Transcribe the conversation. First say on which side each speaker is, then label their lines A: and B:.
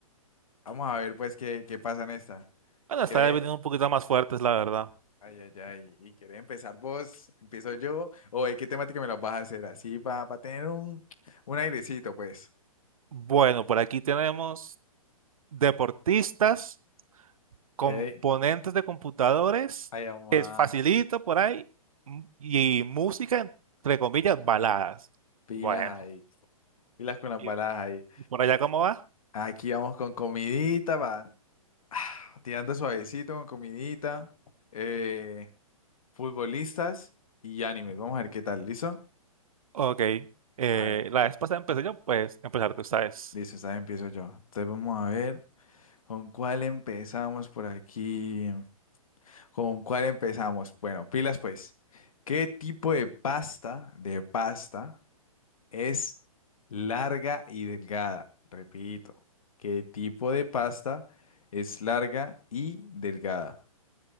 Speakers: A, on the left (about 70°); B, on the right (about 70°).
A: vamos a ver pues qué, qué pasa en esta.
B: Bueno,
A: ¿Querés?
B: esta vez vienen un poquito más fuertes, la verdad.
A: Ay, ay, ay. ¿Y querés empezar vos? ¿Empiezo yo? ¿O de qué temática me la vas a hacer? Así para tener un, un airecito, pues.
B: Bueno, por aquí tenemos deportistas, componentes
A: Ok.
B: de computadores,
A: Ay, mamá.
B: es facilito por ahí, m- y música, entre comillas, baladas.
A: Pilas
B: Bueno,
A: ahí, pilas con las
B: ¿y
A: balas ahí.
B: y por allá cómo va?
A: Aquí vamos con comidita, va. <sighs> ah, tirando suavecito con comidita. eh, futbolistas y animes. Vamos a ver qué tal, ¿listo?
B: Ok, eh,
A: Vale,
B: la vez pasada empecé yo, pues empezar tú, ¿sabes?
A: listo, esta vez empiezo yo. Entonces vamos a ver con cuál empezamos por aquí. ¿Con cuál empezamos? Bueno, pilas pues. ¿Qué tipo de pasta, de pasta Es larga y delgada. Repito, ¿qué tipo de pasta es larga y delgada?